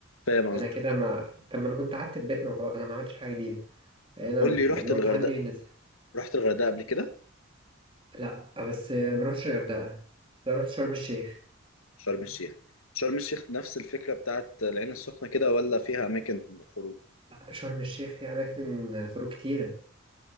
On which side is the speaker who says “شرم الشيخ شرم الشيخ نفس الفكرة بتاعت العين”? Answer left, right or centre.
Left